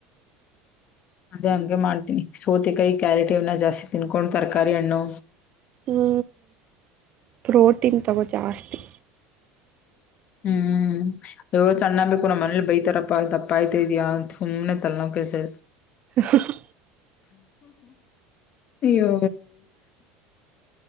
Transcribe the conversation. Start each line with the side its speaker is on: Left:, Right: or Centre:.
Left: ಅದೇ ಹಂಗೆ ಮಾಡ್ತೀನಿ ಸೋತೆಕಾಯಿ ಕ್ಯಾರೆಟ್ ಇವ್ನ ಜಾಸ್ತಿ ತಿನ್ಕೊಂಡು ತರಕಾರಿ ಹಣ್ಣು.
Right: ಹ್ಮ ಪ್ರೋಟೀನ್ ತಗೊ ಜಾಸ್ತಿ.
Left: ಹ್ಮ್ ಅಯ್ಯೋ ಸಣ್ಣಾಗ್ಬೇಕು ನಮ್ಮ ಮನೆಲಿ ಬೈತಾರಪ್ಪ ದಪ್ಪ ಅಯ್ತಿದೀಯ ಅಂತ ಸುಮ್ನೆ ತಲ್ನವ್ ಕೆಲಸಾ ಇದು.
Right: ಹ ಹ ಹ.
Left: ಅಯ್ಯೋ.